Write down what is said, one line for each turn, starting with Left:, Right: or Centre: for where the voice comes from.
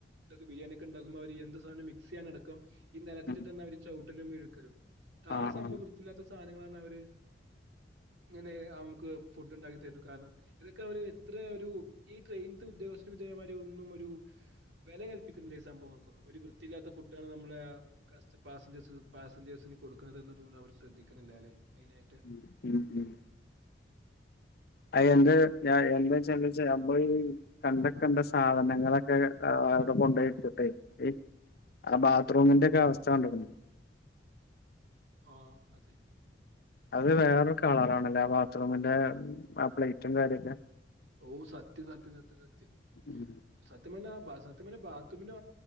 Right: ബിരിയാണ ഒക്കെണ്ടകുമ്പോ അവര് എന്ത് സധന മിക്സ് ചെയ്യാനടക്ക ഈ നിലത്തിലട്ട്
Left: ഉം
Right: തന്ന അവര് ചവിട്ടലും മിയിക്കലും
Left: ആഹ്
Right: ആ സംഭവം
Left: ആഹ്
Right: വൃത്തിയില്ലാത്ത സാധനങ്ങളാണ് അവര് ഇങ്ങനെ നക്ക് ഫുഡ് ഉണ്ടാക്കി തരുന്നു കാരണം ഇതൊക്കെ അവ എത്ര ഒരു ഈ ട്രെയിൻ ഉദ്യോഗസ്ഥന് വി ഇവര് ഒന്നും വില ഈ സംഭവങ്ങൾക്കൊന്നും ഒരു വൃത്തിയില്ലാത്ത ഫുഡാണ് നമ്മള് പാസഞ്ചേഴ്സ് പാസഞ്ചേഴ്സിന് കൊടുക്കുന്നത് അവര് ശ്രദ്ധിക്കണില്ല അല്ലെ മെയിൻ ആയിട്ട്
Left: ഉം ഉം ഉം അ എന്റെ ഞാൻ എൻ്റെ ചംബെച് നമ്മളി കണ്ട കണ്ട സാധനങ്ങളൊക്കെ അ ആടെ കൊണ്ടോയിട്ട്ട്ടെ ഈ അ ബാത്രൂമിന്റെക്കെ അവസ്ഥ കണ്ടാരുന്നു
Right: ആഹ് അതെ
Left: അത് വേറൊരു കളറാണല്ലേ ആ ബാത്റൂമിന്റെ ആ പ്ലേറ്റും കാര്യൊക്കെ
Right: ഓ സത്യം സത്യം സത്യ സത്യം
Left: ഉം
Right: സത്യപറഞ്ഞാ ബാ സത്യപറഞ്ഞാ ബത്റൂമിന്